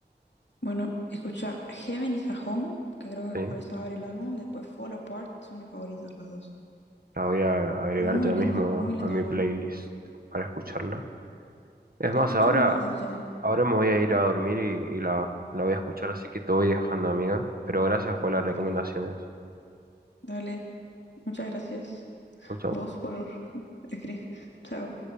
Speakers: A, on the left; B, on the right.
A: Bueno, escucha Heaven is a Home, que creo
B: Sí.
A: que con esa abre el álbum. Después Fall Apart, son mis favoritas las dos.
B: La voy a agregar
A: Muy
B: ya
A: lindo,
B: mismo
A: muy lindo
B: a mi
A: álbum.
B: playlist para escucharla. Es
A: Escucha
B: más, ahora,
A: más de ella, ¿eh?
B: ahora me voy a ir a dormir y, y la, la voy a escuchar, así que te voy dejando, amiga. Pero gracias por las
A: Dale,
B: recomendaciones.
A: dale. Muchas gracias.
B: Chau, chau.
A: Vos por escribir. <laughs> Chao.